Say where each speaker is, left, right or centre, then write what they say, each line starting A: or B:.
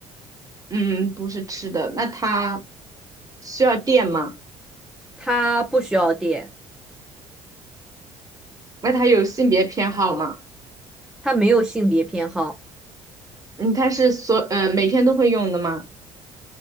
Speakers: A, on the right; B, in the centre.
A: 嗯，不是吃的。那它需要电吗？
B: 它不需要电，
A: 那它有性别偏好吗？
B: 它没有性别偏好。
A: 嗯，它是所呃每天都会用的吗？